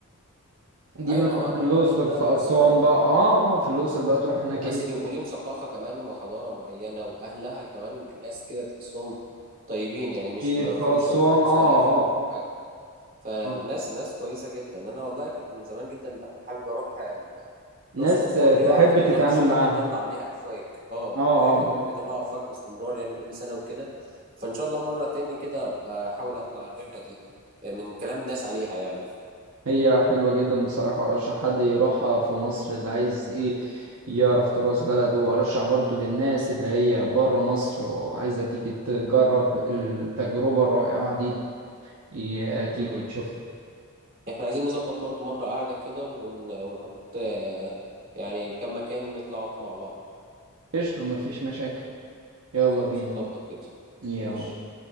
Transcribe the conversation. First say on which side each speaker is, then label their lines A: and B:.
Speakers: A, on the right; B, on the right.
A: دي
B: ايوه
A: مثلا
B: ما هو ما
A: الأقصر
B: هم بلد بلد
A: في
B: الآثار
A: أسوان
B: عموما
A: بقى اه اه في الأقصر بقى تروح هناك
B: وبس
A: ايه
B: ليهم وليهم ثقافة كمان وحضارة معينة وأهلها كمان ناس كده تحسهم طيبين يعني مش
A: في
B: ما
A: في
B: فيهمش
A: أسوان
B: ولا خبث
A: اه
B: ولا فيهم
A: اه
B: حاجة فناس
A: آه.
B: ناس كويسة جدا أنا والله كنت من زمان جدا بح- حابب أروح ال-
A: ناس
B: الأقصر وأسوان
A: ت-
B: دي
A: تحب
B: وأعرف إن
A: تتعامل
B: وزارة الشباب
A: معاهم
B: بتطلع عليها أفواج أه
A: اه اه
B: عرفت إن هم بيطلعوا أفواج باستمرار يعني كل سنة وكده فإن شاء الله مرة تاني كده أبقى أحاول أطلع الرحلة دي آه، من كلام الناس عليها يعني
A: هي حلوة جدا بصراحة وأرشح حد يروحها في مصر اللي عايز ايه يعرف تراث بلده وأرشح برضو للناس اللي هي برا مصر وعايزة تيجي تجرب التجربة الرائعة دي ي- تيجي
B: مم.
A: تشوفها
B: احنا عايزين نظبط برضو مرة قاعدة كده ون... ونحط آه، يعني كم مكان نطلعوا مع بعض
A: قشطة مفيش مشاكل يلا
B: خلاص
A: بينا
B: نظبط كده
A: يلا
B: ماشي